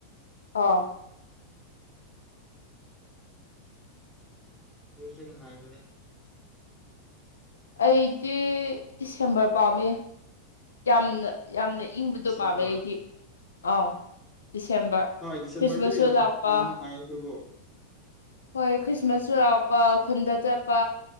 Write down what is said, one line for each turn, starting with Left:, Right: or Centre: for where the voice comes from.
Left: ꯑꯥ <inaudible>
Centre: ꯑꯗꯨꯁꯨ ꯅꯨꯡꯉꯥꯏꯕꯅꯦ
Left: ꯑꯩꯗꯤ ꯗꯤꯁꯦꯝꯕꯔ ꯄꯥꯝꯃꯤ ꯌꯥꯝꯅ ꯌꯥꯝꯅ ꯏꯪꯕꯗꯣ
Centre: ꯗꯤꯁꯦꯝꯕꯔ
Left: ꯄꯥꯝꯃꯦ ꯑꯩꯗꯤ ꯑꯥꯎ ꯗꯤꯁꯦꯝꯕꯔ
Centre: ꯍꯣꯏ ꯗꯤꯁꯦꯝꯕꯔꯁꯨ
Left: ꯈ꯭ꯔꯤꯁꯃꯥꯁꯁꯨ
Centre: ꯌꯥꯝ
Left: ꯂꯥꯛꯄ
Centre: ꯌꯥꯝ ꯅꯨꯡꯉꯥꯏ ꯑꯗꯨꯕꯨ
Left: ꯍꯣꯏ ꯈ꯭ꯔꯤꯁꯃꯁꯁꯨ
Centre: ꯎꯝ
Left: <unintelligible> ꯄ ꯈꯨꯟꯗ ꯆꯠꯄ